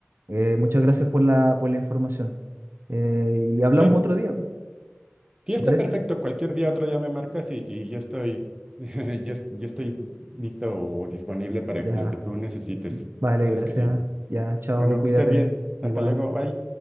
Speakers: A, on the right; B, on the right.
A: eh, muchas gracias por la, por la información. Eh, y hablamos
B: Ok,
A: otro día, ¿te
B: sí está
A: parece?
B: perfecto, cualquier día, otro día me marcas y, y yo estoy, <laughs> yo, es- yo estoy listo o disponible para
A: Ya,
B: lo que tú necesites.
A: vale,
B: Sabes
A: gracias.
B: que sí.
A: Ya, chao,
B: Bueno,
A: cuídate,
B: que estés bien.
A: igual.
B: Hasta luego, bye.